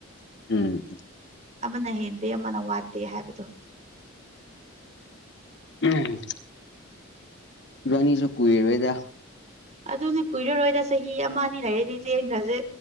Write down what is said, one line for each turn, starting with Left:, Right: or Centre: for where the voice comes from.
Left: ꯎꯝ
Right: ꯑꯃꯅ ꯍꯦꯟꯗꯦ ꯑꯃꯅ ꯋꯥꯠꯇꯦ ꯍꯥꯏꯕꯗꯣ
Left: ꯎꯝ ꯏꯕꯥꯅꯤꯁꯨ ꯀꯨꯏꯔꯔꯣꯏꯗ
Right: ꯑꯗꯨꯅ ꯀꯨꯏꯔꯔꯣꯏꯗ ꯆꯍꯤ ꯑꯃ ꯑꯅꯤ ꯂꯩꯔꯗꯤ ꯆꯦꯟꯈ꯭ꯔꯁꯦ